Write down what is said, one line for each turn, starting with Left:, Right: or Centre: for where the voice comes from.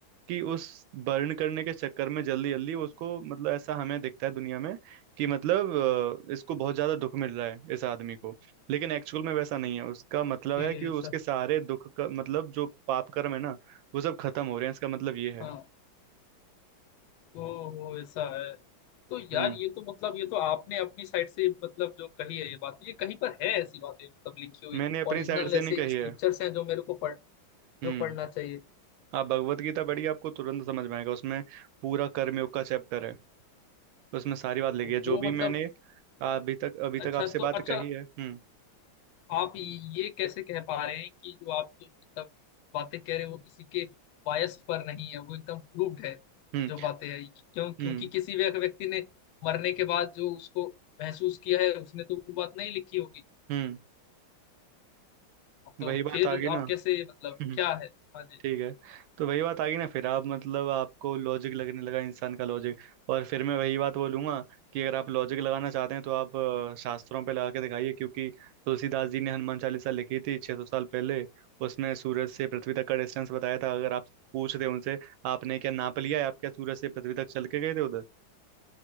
Right: कि उस बर्न करने के चक्कर में जल्दी जल्दी उसको मतलब ऐसा हमें दिखता है दुनिया में कि मतलब अ, इसको बहुत ज्यादा दुख मिल रहा है इस आदमी को लेकिन एक्चुअल में वैसा नहीं है उसका मतलब
Left: okay
Right: है कि उसके
Left: sir
Right: सारे दुख का मतलब जो पाप कर्म है ना वो सब खत्म हो रहे हैं इसका मतलब ये
Left: हाँ
Right: है
Left: ओ ऐसा है तो यार
Right: हम्म
Left: ये तो मतलब ये तो आपने अपनी साइड से मतलब जो कही है ये बात ये कहीं पर है ऐसी बातें मतलब लिखी हुई
Right: मैंने अपनी
Left: ओरिजिनल
Right: साइड
Left: ऐसे
Right: से नहीं कही
Left: स्क्रिप्चर्स
Right: है
Left: हैं जो मेरे को पढ़
Right: हम्म
Left: जो पढ़ना चाहिए
Right: आप भगवत गीता पढ़िए आपको तुरंत समझ में आएगा उसमें पूरा कर्मयोग का चैप्टर है उसमें सारी बात लिखी
Left: तो,
Right: है
Left: तो
Right: जो भी
Left: मतलब
Right: मैंने अभी तक अभी
Left: अच्छा
Right: तक आपसे
Left: तो
Right: बात
Left: अच्छा
Right: कही है हम्म
Left: आप ये कैसे कह पा रहे हैं कि जो आप जो मतलब बातें कह रहे हो वो किसी के बायस पर नहीं है वो एकदम प्रूव्ड है
Right: हम्म
Left: जो बातें है क्यों क्योंकि
Right: हम्म
Left: किसी व्यक्ति ने मरने के बाद जो उसको महसूस किया है उसने तो वो बात नहीं लिखी होगी
Right: हम्म
Left: तो
Right: वही बात
Left: फिर
Right: आ गई
Left: आप
Right: ना
Left: कैसे मतलब
Right: हम्म,
Left: क्या है हाँ जी
Right: ठीक है तो वही बात आ गई ना फिर आप मतलब आपको लॉजिक लगने लगा इंसान का लॉजिक और फिर मैं वही बात बोलूंगा कि अगर आप लॉजिक लगाना चाहते हैं तो आप अ, शास्त्रों पे लगा के दिखाइए क्योंकि तुलसीदास जी ने हनुमान चालीसा लिखी थी 600 साल पहले उसमें सूरज से पृथ्वी तक का डिस्टेंस बताया था अगर आप पूछ रहे उनसे आपने क्या नाप लिया है आप क्या सूरज से पृथ्वी तक चल के गए थे उधर